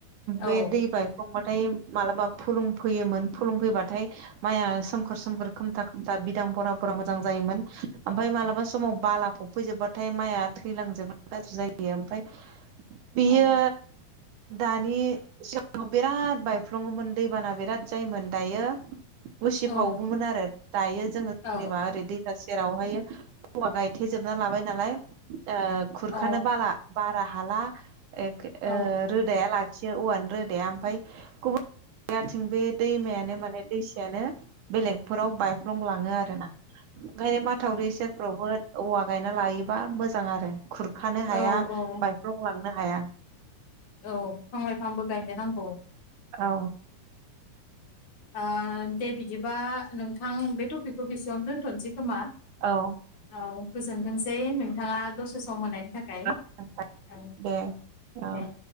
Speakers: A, on the left (about 35°); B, on the right (about 70°).
A: औ
B: बे दै बायफ्लंबा। थाय मालाबा फुलुं फैयोमोन फुलुं फैबाथाय माइया सोमखोर सोमखोर खोमथा- खोमथा बिदां भरा-भरा मोजां जायोमोन। ओमफ्राय मालाबा समाव बाला फबफैजोब्बाथाय माइआ थैलांजोबो गाज्रि जायो ओमफ्राय बियो
A: अ
B: दानि जोब आ बिराद बायफ्लङोमोन दैबाना बिराद जायोमोन दायो उसिफावोममोन
A: औ
B: आरो। दायो जोङो जेनेबा
A: औ
B: ओरै दैसा सेरावहाय औवा गायथेेजोबना लाबाय नालाय ओ खुरखानो
A: अ औ
B: बाला बारा हाला। ओ
A: औ
B: रोदाया लाखियो एसे औवानि रोदाया ओमफ्राय गुबुन जायगाथिं बे दैमायानो माने दैसायानो बेलेगफोराव बायफ्लंलाङो आरो ना। ओंखायनो माथावरि सेरफ्रावबो औवा गायना लायोबा मोजां आरो। खुरखानो
A: औ
B: हाया
A: औ
B: बायफ्लंलांनो हाया।
A: औ फिफां-लाइफांबो गायनो नांगौ।
B: औ।
A: ओ दे बिदिबा नोंथां बे टपिकखौ बेसेबां दोनथ'नोसै। खोमा
B: औ
A: औ गोजोनथोंसै नोंथाङा दसे सम मोननायनि थाखाय।
B: गोजोन
A: औ
B: दे औ
A: दे।